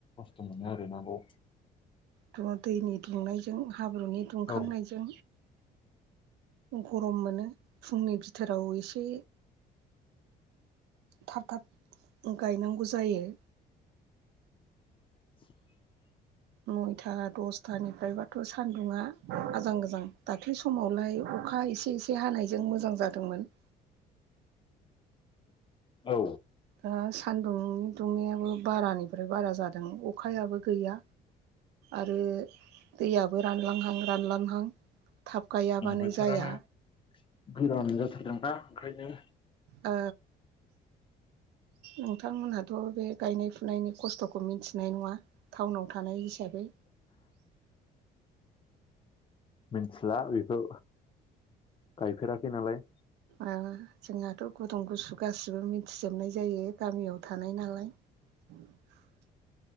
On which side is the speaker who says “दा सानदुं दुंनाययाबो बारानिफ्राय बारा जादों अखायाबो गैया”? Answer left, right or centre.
Right